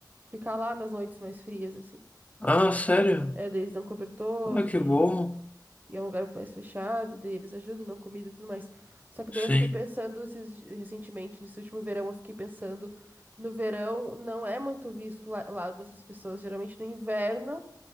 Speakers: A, on the right (about 25°); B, on the left (about 20°).
A: ficar lá nas noites mais frias, assim.
B: Ah, sério?
A: É, daí eles dão cobertor
B: Ah, que
A: e
B: bom.
A: E é um lugar mais fechado, daí eles ajudam, não comida e tudo mais. Só que
B: Sim.
A: daí eu fiquei pensando esses di- recentemente, nesse último verão, eu fiquei pensando que no verão não é muito visto lá- o lado dessas pessoas. Geralmente no inverno